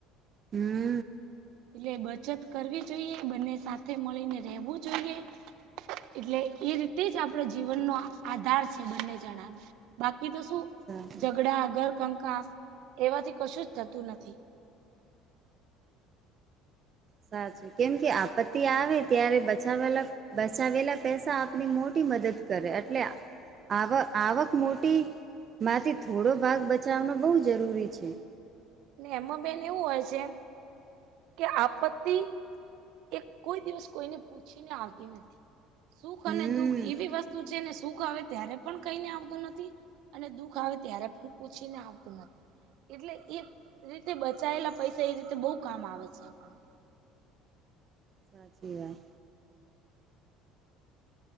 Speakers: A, on the right (about 35°); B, on the right (about 70°).
A: હમ.
B: એટલે બચત કરવી જોઈએ બંને સાથે મળીને રહેવું જોઈએ. એટલે એ રીતે જ આપડો જીવનનો આધાર છે બંને જણાને બાકી તો શું
A: સારું
B: ઝઘડા ઘર કંકાાસ એવાથી કશું જ થતું નથી.
A: સાચું કેમ કે આપત્તિ આવે ત્યારે બચા વાલા બચાવેલા પૈસા આપણી મોટી મદદ કરે એટલે આવક આવક મોટીમાંથી થોડો ભાગ બચાવનો બહુ જરૂરી છે.
B: એમાં બેન એવું હોય છેમ કે આપત્તિ એ કોઈ દિવસ કોઈને પૂછીને આવતી નથી સુખ
A: હમ
B: અને દુઃખ એવી વસ્તુઓ છે ને સુખ આવે ત્યારે પણ કઈને આવતું નથી. અને દુઃખ આવે ત્યારે પણ પૂછીને આવતું નથી એટલે એ રીતે બચાયેલા પૈસા એ રીતે બહુ કામ આવે છે આપણને.
A: સાચી વાત.